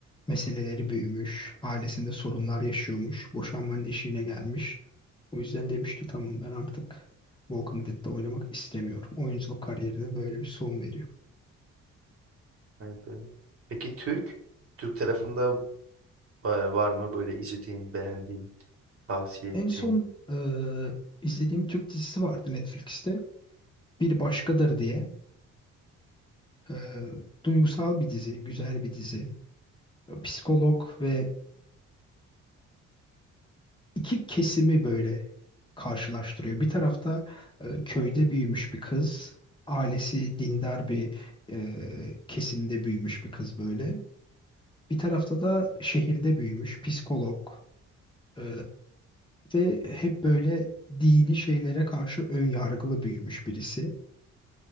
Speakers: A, on the left; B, on the right.
A: meseleleri büyümüş. Ailesinde sorunlar yaşıyormuş. Boşanmanın eşiğine gelmiş. O yüzden demiş ki tamam ben artık Walking Dead'de oynamak istemiyorum. Oyunculuk kariyerine böyle bir son veriyor.
B: Evet, evet. Peki Türk? Türk tarafında va- var mı böyle izlediğin, beğendiğin, tavsiye
A: En
B: ettiğin?
A: son e, izlediğim Türk dizisi vardı Netflix'te. Bir Başkadır diye. E, duygusal bir dizi, güzel bir dizi. psikolog ve iki kesimi böyle karşılaştırıyor. Bir tarafta e, köyde büyümüş bir kız, ailesi dindar bir e, kesimde büyümüş bir kız böyle. Bir tarafta da şehirde büyümüş psikolog e, ve hep böyle dini şeylere karşı ön yargılı büyümüş birisi.